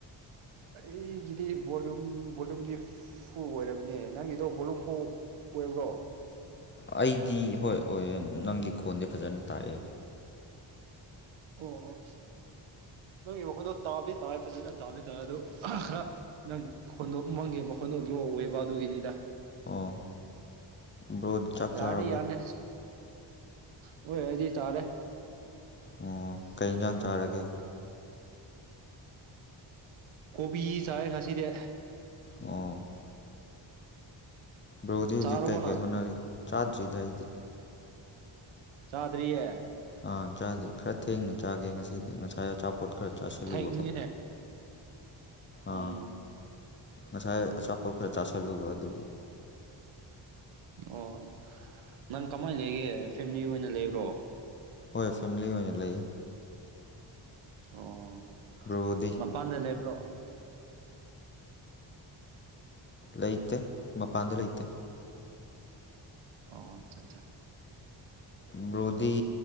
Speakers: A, on the right; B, on the left.
A: ꯑꯩꯒꯤꯗꯤ ꯕꯣꯂꯨꯝ ꯕꯣꯂꯨꯝꯗꯤ ꯐꯨ ꯑꯣꯏꯔꯕꯅꯦ ꯅꯪꯒꯤꯗꯣ ꯕꯣꯂꯨꯝ ꯐꯨ ꯑꯣꯏꯕ꯭ꯔꯣ
B: ꯑꯩꯗꯤ ꯍꯣꯏ ꯑꯣꯏ ꯅꯪꯒꯤ ꯈꯣꯟꯗꯤ ꯐꯖꯅ ꯇꯥꯛꯑꯦ
A: ꯑꯣ ꯑꯣ ꯅꯪꯒꯤ ꯃꯈꯣꯟꯗꯣ ꯇꯥꯕꯗꯤ ꯇꯥꯔꯦ ꯐꯖꯅ ꯇꯥꯗꯤ ꯇꯥꯔꯦ ꯑꯗꯨ ꯈꯔ ꯅꯪꯒꯤ ꯃꯈꯣꯟꯗꯣ ꯃꯪꯒꯤ ꯃꯈꯣꯟ ꯀꯣ ꯂꯣꯛ ꯑꯣꯏꯦꯕ ꯑꯗꯨꯒꯤꯅꯤꯗ
B: ꯑꯣ ꯕ꯭ꯔꯣ ꯆꯥꯛ
A: ꯌꯥꯅꯤ
B: ꯆꯥꯔꯕꯣ
A: ꯌꯥꯅꯤ ꯑꯣꯏꯦꯁꯤ ꯇꯔꯦ
B: ꯑꯣ ꯀꯩ ꯌꯦꯟꯁꯥꯡ ꯆꯥꯔꯒꯦ
A: ꯀꯣꯕꯤ ꯆꯥꯏ ꯉꯁꯤꯗꯤ
B: ꯑꯣ ꯕ꯭ꯔꯣꯗꯤ ꯍꯧꯖꯤꯛ
A: ꯆꯥꯔꯕꯣ
B: ꯀꯩ
A: ꯅꯪ
B: ꯀꯩ ꯍꯣꯠꯅꯔꯤ ꯆꯥꯗ꯭ꯔꯤꯗ ꯑꯩꯗꯤ
A: ꯆꯥꯗꯔꯤꯌꯦ
B: ꯑꯥ ꯆꯥꯗ꯭ꯦ ꯈꯔ ꯊꯦꯡꯅ ꯆꯥꯒꯦ ꯉꯁꯤꯗꯤ ꯉꯁꯥꯏ ꯑꯆꯥꯄꯣꯠ ꯈꯔ ꯆꯥꯁꯤꯜꯂꯨꯕꯀꯣ
A: ꯊꯥꯏꯒꯅꯤꯅꯦ
B: ꯑꯥ
A: ꯎꯝ
B: ꯉꯁꯥꯏ ꯑꯆꯥꯄꯣꯠ ꯈꯔ ꯆꯥꯥꯁꯜꯂꯨꯕ ꯑꯗꯨꯒꯤ
A: ꯑꯣ ꯅꯪ ꯀꯃꯥꯏꯅ ꯂꯩꯒꯦ ꯐꯦꯃꯤꯂꯤ ꯑꯣꯏꯅ ꯂꯩꯕ꯭ꯔꯣ
B: ꯍꯣꯏ ꯐꯦꯃꯤꯂꯤ ꯑꯣꯏꯅ ꯂꯩꯌꯦ
A: ꯑꯣ
B: ꯕ꯭ꯔꯣꯗꯤ
A: ꯃꯄꯥꯟꯗ ꯂꯩꯕ꯭ꯔꯣ
B: ꯂꯩꯇꯦ ꯃꯄꯥꯟꯗ ꯂꯩꯇꯦ
A: ꯑꯣ ꯑꯆꯥ ꯑꯆꯥ
B: ꯕ꯭ꯔꯣꯗꯤ